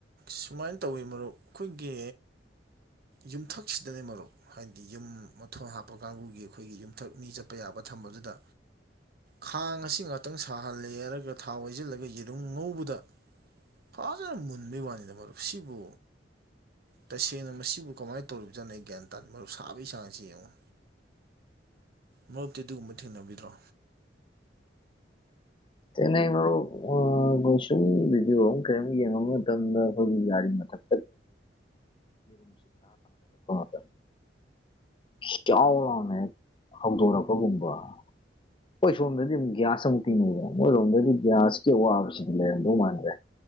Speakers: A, on the right; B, on the left.
A: ꯁꯨꯃꯥꯏꯅ ꯇꯧꯋꯤ ꯃꯔꯨꯞ ꯑꯩꯈꯣꯏꯒꯤ ꯌꯨꯝꯊꯛꯁꯤꯗꯅꯤ ꯃꯔꯨꯞ ꯍꯥꯏꯗꯤ ꯌꯨꯝ ꯃꯊꯣꯟ ꯍꯥꯞꯄ ꯀꯥꯡꯕꯨꯒꯤ ꯑꯩꯈꯣꯏꯒꯤ ꯌꯨꯝꯊꯛꯅꯤ ꯆꯠꯄ ꯌꯥꯕ ꯊꯝꯕꯗꯨꯗ ꯈꯥꯡ ꯑꯁꯤ ꯉꯥꯛꯇꯪ ꯁꯥꯍꯜꯂꯦ ꯍꯥꯏꯔꯒ ꯊꯥꯎ ꯍꯩꯁꯤꯜꯂꯒ ꯌꯦꯔꯨꯝ ꯉꯧꯕꯗ ꯐꯖꯅ ꯃꯨꯟꯕꯩ ꯋꯥꯅꯤꯗ ꯃꯔꯨꯞ ꯁꯤꯕꯨ ꯇꯁꯦꯡꯅ ꯃꯁꯤ ꯑꯗꯨ ꯀꯃꯅ ꯇꯧꯔꯤꯕꯁꯤꯅ ꯑꯩ ꯒ꯭ꯟ ꯇꯥꯟꯥꯟꯕ ꯁꯥꯕꯩ ꯆꯥꯡꯁꯤ ꯌꯦꯡꯉꯨ ꯃꯔꯨꯞꯛꯇꯤ ꯑꯗꯨꯒꯨꯝꯕ ꯊꯦꯡꯅꯕꯤꯗ꯭ꯔꯣ
B: ꯑꯅ ꯑꯩꯩꯅꯣ ꯁꯨꯝ ꯚꯤꯗꯤꯑꯣ ꯑꯃ ꯀꯔꯤꯝ ꯌꯦꯡꯉꯕ ꯃꯇꯝꯗ ꯑꯩꯈꯣꯏꯒꯤ ꯌꯥꯒꯥꯔꯤ ꯃꯊꯛ <unintelligible> <unintelligible> ꯍꯧꯗꯣꯔꯛꯄꯒꯨꯝꯕ ꯍꯣꯏ ꯁꯣꯝꯗꯗꯤ ꯑꯃꯨ ꯒ꯭ꯌꯥꯁ ꯑꯃꯨꯛꯇꯤꯟꯅꯩꯕ ꯃꯣꯏꯔꯣꯝꯗꯗꯤ ꯒ꯭ꯌꯥꯁ ꯆꯦ ꯋꯥꯕꯁꯤꯗꯤ ꯂꯩꯔꯝꯗꯧ ꯃꯥꯟꯗ꯭ꯔꯦ